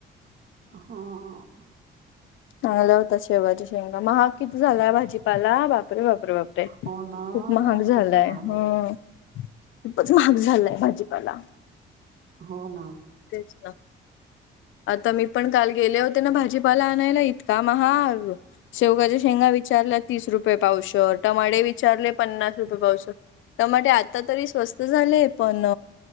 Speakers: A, on the right; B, on the left.
A: हो.
B: चांगल्या होत्या शेवगाच्या शेंगा. महाग किती झालाय भाजीपाला, बापरे बापरे बापरे. <unintelligible>
A: हो ना
B: खूप महाग झालाय
A: खूप महाग
B: हम्म.
A: आहे
B: खूपच महाग झालाय भाजीपाला.
A: हो ना.
B: तेच ना. आता मी पण काल गेले होते ना भाजीपाला आणायला, इतका महाग शेवगाच्या शेंगा विचारल्या तीस रुपये पावशर, टमाटे विचारले पन्नास रुपये पावशर. टमाटे आता तरी स्वस्त झालेय पण